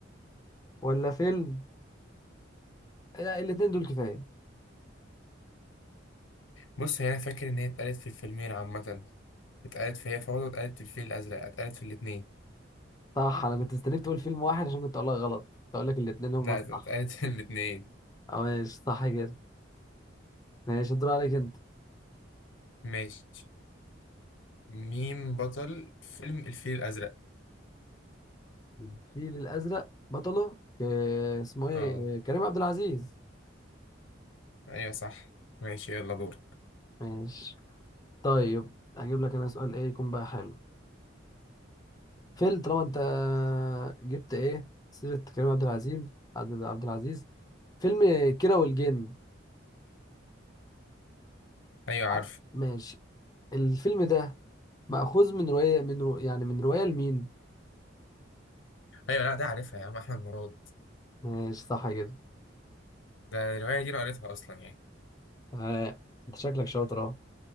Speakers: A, on the left (about 20°); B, on the left (about 90°).
A: ولا فيلم لا الاتنين دول كفايه
B: بص هي انا فاكر ان هي اتقالت في الفيلمين عامه اتقالت في هي فوضى اتقالت في الفيل الازرق اتقالت في الاتنين
A: صح انا كنت مستنيك تقول فيلم واحد عشان كنت اقول لك غلط كنت اقول لك الاتنين هما
B: لا
A: الصح
B: اتقالت في الاتنين
A: اه ماشي صح كده ماشي الدور عليك انت
B: ماشي مين بطل فيلم الفيل الازرق
A: الفيل الازرق بطله ك- اسمه ايه
B: اه
A: آه، كريم عبد العزيز
B: ايوه صح ماشي يلا دور
A: ماشي طيب هجيب لك انا سؤال ايه يكون بقى حلو فيل طالما انت جبت ايه سيرة كريم عبد العزيز عبد عبد العزيز فيلم كيرة والجن
B: ايوه عارف
A: عارف؟ ماشي الفيلم ده مأخوذ من رواية من رو... يعني من رواية لمين
B: ايوه لا ده عارفها يا عم احمد مراد
A: ماشي صح كده
B: ده الروايه دي انا قريتها اصلا يعني
A: آه. انت شكلك شاطر اه